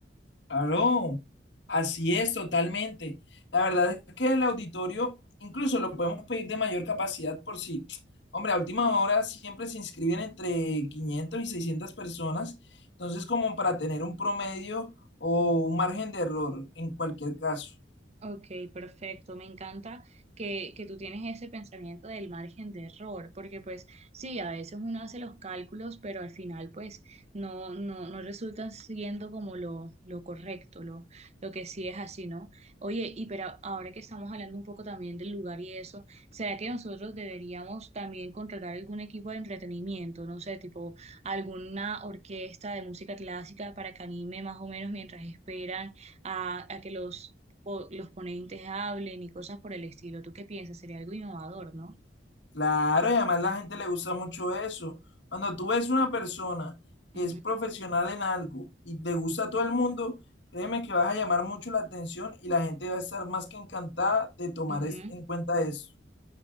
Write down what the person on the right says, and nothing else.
Ok, perfecto. Me encanta que, que tú tienes ese pensamiento del margen de error, porque pues sí, a veces uno hace los cálculos, pero al final pues no, no, no resulta siendo como lo, lo correcto, lo, lo que sí es así, ¿no? Oye, y pero ahora que estamos hablando un poco también del lugar y eso, ¿será que nosotros deberíamos también contratar algún equipo de entretenimiento, no sé, tipo alguna orquesta de música clásica para que anime más o menos mientras esperan? a, a que los o los ponentes hablen y cosas por el estilo. ¿Tú qué piensas? Sería algo innovador, ¿no?
Ujú,
ujú.